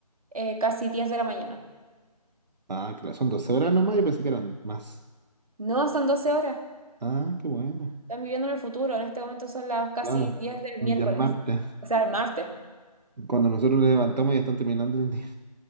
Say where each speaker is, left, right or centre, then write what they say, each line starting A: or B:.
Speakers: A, on the right; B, on the right.
A: eh, casi diez de la mañana.
B: Ah, claro, son 12 horas nomás, yo pensé que eran más.
A: No, son 12 horas.
B: Ah, qué buena.
A: Están viviendo en el futuro, en este momento son las casi
B: Claro,
A: diez del
B: ya
A: miércoles,
B: es martes.
A: o sea, el martes.
B: Cuando nosotros nos levantamos ya están terminando el día.